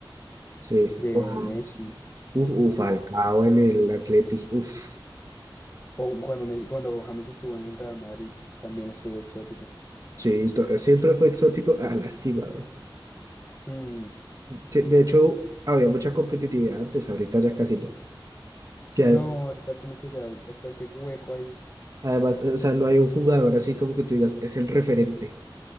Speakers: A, on the right; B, on the left.
A: sí,
B: de
A: ok.
B: Messi.
A: uf, uf, Falcao en el Atleti, uf,
B: O cuando, Messi- cuando James estuvo en el Real Madrid, también estuvo exótico.
A: sí, to- siempre fue exótico, ah, lástima,
B: Mm,
A: Sí, de hecho, había mucha competitividad antes, ahorita ya casi no. Que
B: no,
A: a-
B: ahorita como que ya está ese hueco ahí.
A: además, eh, o sea, no hay un jugador así como que tú digas, es el referente.